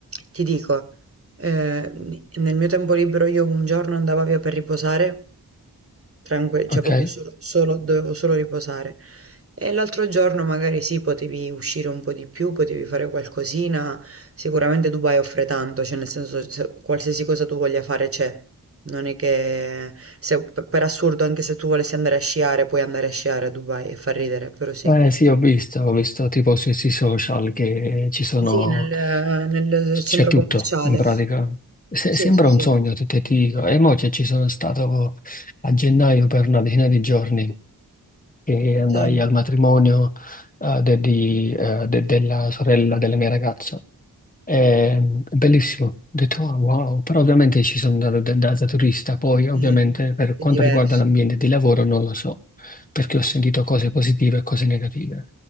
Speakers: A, on the right (about 35°); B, on the left (about 20°).
A: ti dico, eh, nel mio tempo libero io un giorno andavo via per riposare, Tranque cioè
B: Ok?
A: proprio solo solo dovevo solo riposare. E l'altro giorno magari sì, potevi uscire un po' di più, potevi fare qualcosina. Sicuramente Dubai offre tanto, cioè nel senso se- qualsiasi cosa tu voglia fare c'è. Non è che se- per per assurdo, anche se tu volessi andare a sciare, puoi andare a sciare a Dubai e fa ridere, però sì.
B: Eh sì, ho visto, ho visto tipo sui sui social che ci sono,
A: Sì, nel, nel
B: c'è
A: centro
B: tutto
A: commerciale.
B: in pratica. Se-
A: Sì,
B: sembra
A: sì, sì.
B: un sogno, te, te ti dico. E mo' che ci sono stato a gennaio per una decina di giorni. e andai
A: Sì,
B: al matrimonio eh, de- di, eh, de- della sorella della mia ragazza. È bellissimo, ho detto "Oh, wow, però ovviamente ci sono andato da, da- da turista, poi ovviamente
A: eh,
B: per
A: è
B: quanto
A: diverso.
B: riguarda l'ambiente di lavoro non lo so, perché ho sentito cose positive e cose negative.